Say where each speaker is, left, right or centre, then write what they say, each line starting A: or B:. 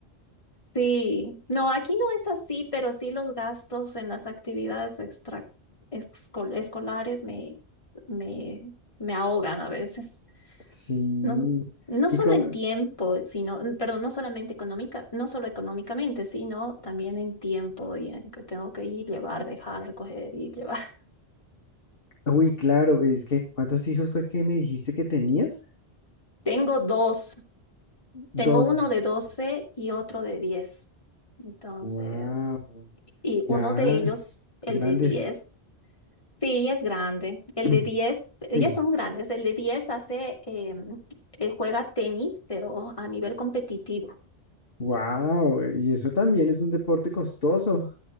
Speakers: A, on the left; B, on the left.
A: Sí, no, aquí no es así, pero sí los gastos en las actividades extra escol- escolares me, me, me ahogan a veces.
B: Sí.
A: No, no
B: ¿Y
A: solo
B: cómo?
A: en tiempo, sino, n- perdón, no solamente económica, no solo económicamente, sino también en tiempo y en que tengo que ir, llevar, dejar, recoger y llevar. <laughs>
B: Uy, claro, es que, ¿cuántos hijos fue que me dijiste que tenías?
A: Tengo dos,
B: doce
A: tengo uno de 12 y otro de diez Entonces,
B: Wow,
A: y
B: ya,
A: uno de ellos, el
B: grandes.
A: de diez sí, es grande. El
B: <clears throat>
A: de 10 ya
B: Sí,
A: son grandes. El de 10 hace, em, eh, juega tenis, pero a nivel competitivo.
B: wow, y eso también es un deporte costoso.